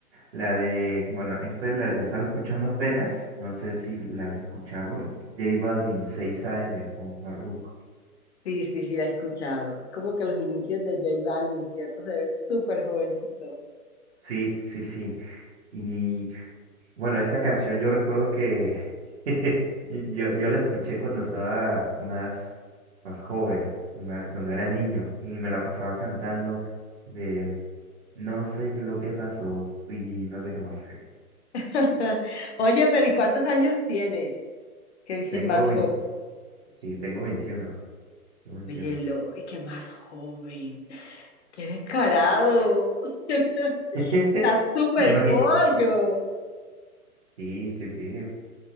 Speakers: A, on the right; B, on the left.
A: la de, bueno, esta la, la estaba escuchando apenas, no sé si la has escuchado, J Balvin 6 AM con Farruko.
B: Sí, sí, sí, la he escuchado. Es como que los inicios de J Balvin, ¿cierto? Se ve súper jovencito.
A: Sí, sí, sí. Y Bueno, esta canción yo recuerdo que <laughs> yo, yo la escuché cuando estaba más, más joven, más- cuando era niño, y me la pasaba cantando de no sé lo que pasó y no sé qué más.
B: <laughs> Oye, pero ¿y cuántos años tienes? ¿Qué dices
A: Tengo
B: más
A: 20,
B: joven?
A: sí, tengo veintiuno, tengo veintiuno.
B: Oye, Eloy, qué más joven. Qué descarado. <laughs>
A: <laughs>
B: Está súper
A: Imagín-
B: pollo.
A: sí, sí, sí.